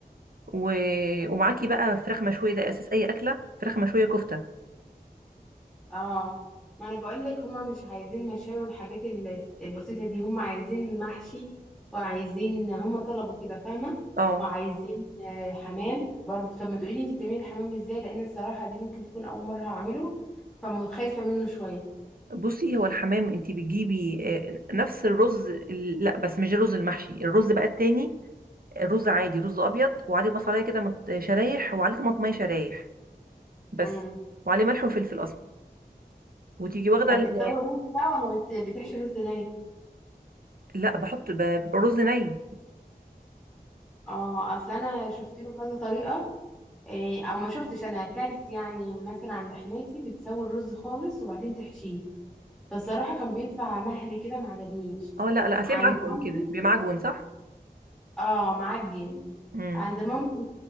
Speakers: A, on the right; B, in the centre.
A: و... ومعاكي بقى فراخ مشويه ده اساس اي اكله فراخ مشويه كفته
B: اه ما انا بقول لك هما مش عايزين مشاوي والحاجات ال- البسيطه دي هما عايزين محشي وعايزين هما طلبوا كده فاهمه
A: اه
B: وعايزين آه، حمام برضه طب ما تقولي لي انت بتعملي الحمام ازاي لان الصراحه دي ممكن تكون اول مره هعمله فخايفه منه شويه
A: بصي هو الحمام انت بتجيبي آه، نفس الرز ال- لا بس مش الرز المحشي الرز بقى التاني الرز عادي رز ابيض وعليه بصلايه كده مت- شرايح وعليه طماطميه شرايح بس
B: امم
A: وعليه ملح وفلفل اسمر وتيجي واخده
B: طب
A: ال-
B: بتسوي رز بقى ولا بت... بتحشي رز ني
A: لا بحط ب- الرز ني
B: اه اصل انا شفت له كذا طريقه إيه، او ما شفتش انا اكلت يعني مثلا عند حماتي بتسوي الرز خالص وبعدين تحشيه فالصراحه كان بيطلع مهري كده ما عجبنيش
A: اه لا لا هتلاقيه
B: عند
A: معجون
B: مامتي
A: كده بمعجون صح
B: اه معجن
A: امم
B: عند مامتي